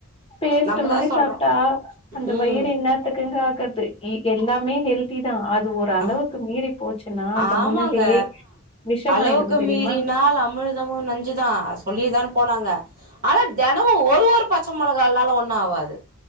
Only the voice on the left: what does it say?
பேஸ்ட்
மாரி
சாப்ட்டா அந்த
வயிறு என்ன த்துக்குங்க ஆகுறது இ எல்லாமே ஹெல்த்திதா அது ஓரளவுக்கு
மீறி போச்சுன்னா அந்த
உணவே விஷமாயிடும்
தெரியுமா